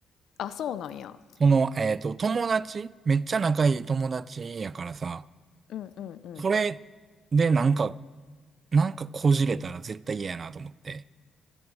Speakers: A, on the left (about 70°); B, on the right (about 45°).
A: あ、そうなんや。
B: その、えっと、友達、めっちゃ仲いい友達やからさ、
A: うんうんう
B: これでなんか、なんかこじれたら絶対嫌やなと思って。